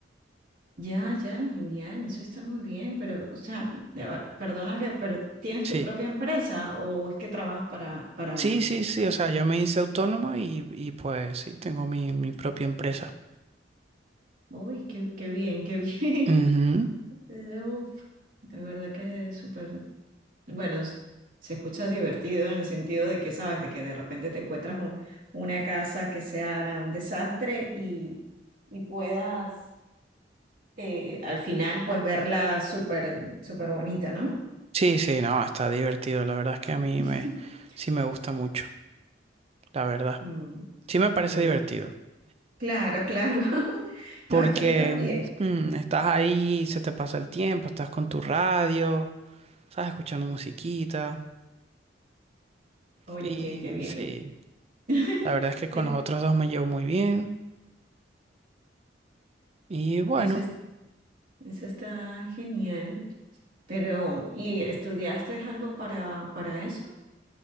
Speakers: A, on the right; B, on the right.
A: Ya, ya, genial, eso está muy bien, pero, o sea, ya va, perdona que, pero ¿tienes
B: Sí,
A: tu propia empresa o es que trabajas para, para
B: sí,
A: alguien?
B: sí, sí, o sea, yo me hice autónomo y, y pues sí, tengo mi, mi propia empresa.
A: Uy, qué, qué bien, qué bien.
B: Ujú.
A: <laughs> Uf, de verdad que es súper. Bueno, s- se escucha divertido en el sentido de que, sabes, de que de repente te encuentras un- una casa que sea nada, un desastre y, y puedas. eh, al final, pues verla súper, súper bonita, ¿no?
B: Sí, sí, no, está divertido, la verdad es que a mí
A: <laughs>
B: me, sí me gusta mucho, la verdad.
A: Mm,
B: Sí me parece
A: Muy
B: divertido.
A: claro, claro. <laughs>
B: Porque
A: No, es que a mí también.
B: mm, estás ahí, se te pasa el tiempo, estás con tu radio, estás escuchando musiquita.
A: Oye,
B: Y
A: qué, qué bien.
B: sí,
A: <laughs>
B: la verdad es que con
A: Eh,
B: los otros dos me llevo muy bien. Y bueno,
A: Eso es- eso está genial. Pero, ¿y estudiaste algo para, para eso?